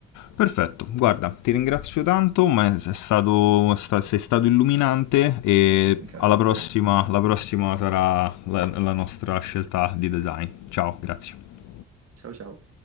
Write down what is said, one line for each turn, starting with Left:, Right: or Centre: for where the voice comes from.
Left: Perfetto, guarda, ti ringrazio tanto, ma sei stato, sta- sei stato illuminante e
Right: <laughs> Grazie
Left: alla prossima,
Right: a te.
Left: la prossima sarà la, la nostra scelta di design. Ciao, grazie.
Right: Ciao ciao.